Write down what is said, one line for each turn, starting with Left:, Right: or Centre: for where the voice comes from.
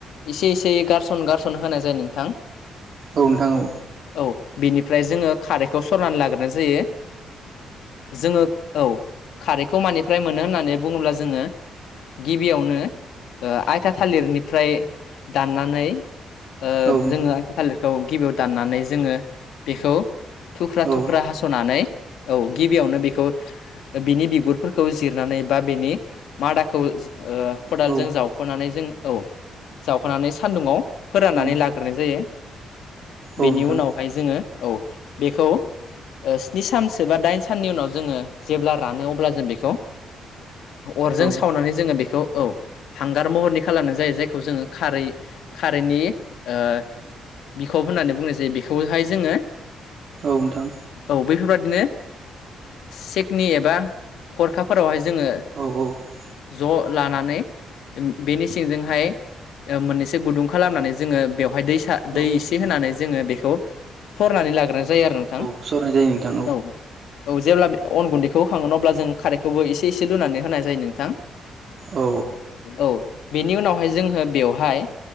Left: इसे इसे गारसन गारसन होनाय जायो नोंथां।
Right: औ नोंथां औ नोंथां औ
Left: औ बेनिफ्राय जोङो खारैखौ सरनानै लाग्रोनाय जायो। जोङो औ खारैखौ मानिफ्राय मोनो होननानै बुङोब्ला जोङो गिबियावनो आइथा थालिरनिफ्राय दाननानै ओ
Right: औ नोंथां
Left: जोङो आथि थालिरखौ गिबियाव दाननानै जोङो बेखौ थुख्रा
Right: औ
Left: थुख्रा हास'नानै औ गिबियावनो बेखौ बिनि बिगुर फोरखौ जिरनानै बा बेनि मादाखौ खदालजों
Right: औ
Left: जावख'नानै जों औ जावखानानै सानदुङाव फोराननानै
Right: उम
Left: लाग्रोनाय जायो।
Right: औ
Left: बेनि
Right: नोंथां
Left: उनावहाय जोङो औ बेखौ स्नि सानसो बा दाइन साननि उनाव जोङो जेब्ला रानो अब्ला जों बेखौ अरजों
Right: औ
Left: सावनानै जोङो बेखौ औ हांगार महरनि खालामनाय जायो जायखौ जोङो खारै खारैनि ओ बिखब होननानै बुङो जे बेखौहाय जोङो
Right: औ नोंथां
Left: औ बैफोरबादिनो सेकनि एबा खरखाफोरावहाय जोङो
Right: औ औ
Left: ज' लानानै बेनि सिंजोंहाय मोननैसो गुदुं खालामनानै जोङो बेवहाय दै दै
Right: औ
Left: एसे होनानै जोङो बेखौ सरनानै लाग्रो जायो आरो नोंथां
Right: औ सरनाय जायो नोंथां
Left: औ। औ जेब्ला अन गुन्दैखौ होखङोन अब्ला जों खारैखौबो एसे एसे लुनानै होनाय जायो नोंथां।
Right: औ
Left: औ बेनि उनावहाय जोङो बेवहाय